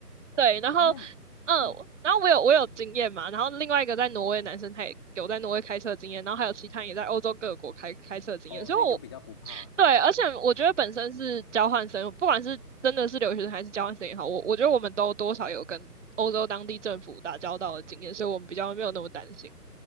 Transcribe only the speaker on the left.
哇，
哎，那你嗯，
你
哦，
所以就比较不怕啊